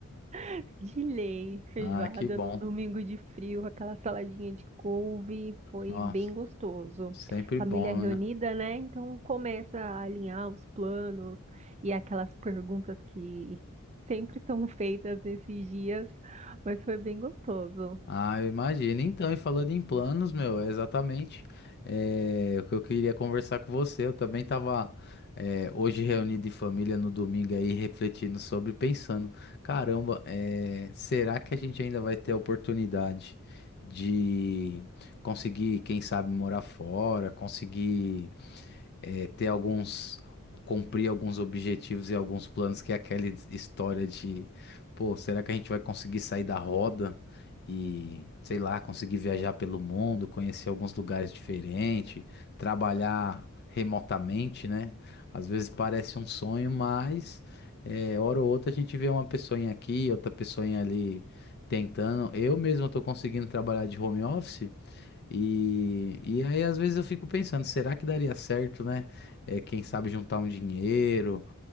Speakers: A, on the right; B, on the left.
A: <laughs> De lei, feijoada
B: Ah, que bom.
A: num domingo de frio, aquela saladinha de couve. Foi
B: Nossa,
A: bem gostoso.
B: sempre
A: Família
B: bom,
A: reunida,
B: né?
A: né? Então começa a alinhar os planos e aquelas perguntas que sempre são feitas nesses dias, mas foi bem gostoso.
B: Ah, eu imagino. Então, e falando em planos, meu, é exatamente eh, o que eu queria conversar com você. Eu também estava hoje reunido em família no domingo aí, refletindo sobre, pensando, caramba, eh, será que a gente ainda vai ter a oportunidade de conseguir, quem sabe, morar fora, conseguir é, ter alguns, cumprir alguns objetivos e alguns planos, que é aquela história de, pô, será que a gente vai conseguir sair da roda e, sei lá, conseguir viajar pelo mundo, conhecer alguns lugares diferentes, trabalhar remotamente, né? Às vezes parece um sonho, mas é, hora ou outra a gente vê uma pessoinha aqui, outra pessoinha ali tentando. Eu mesmo estou conseguindo trabalhar de home office. E, e aí, às vezes, eu fico pensando, será que daria certo, né? É, quem sabe juntar um dinheiro.